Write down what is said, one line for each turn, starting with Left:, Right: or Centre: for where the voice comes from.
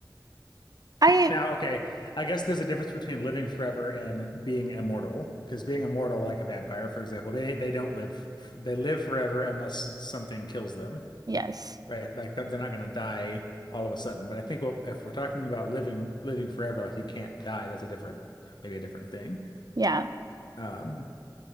Right: I
Left: Now, okay, I guess there's a difference between living forever and being immortal, because being immortal, like a vampire, for example, they they don't live f- they live forever unless something kills them.
Right: Yes.
Left: right? Like that they're not going to die all of a sudden. But I think what, if we're talking about living living forever, like you can't die, that's a different maybe a different thing.
Right: Yeah.
Left: Um,